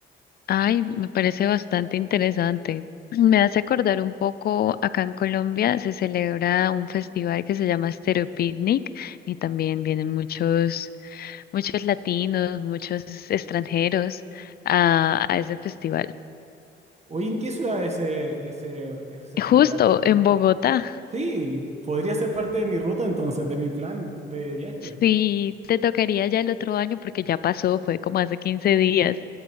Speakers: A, on the left; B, on the right.
A: Ay, me parece bastante interesante. <clears throat> Me hace acordar un poco, acá en Colombia se celebra un festival que se llama Stereo Picnic y también vienen muchos, muchos latinos, muchos extranjeros a, a ese festival.
B: Oye, ¿en qué ciudad es ese, ese, ese
A: Justo
B: festival que dices
A: en
B: tú?
A: Bogotá.
B: Sí, podría ser parte de mi ruta entonces, de mi plan de viaje.
A: Sí, te tocaría ya el otro año porque ya pasó, fue como hace quince días.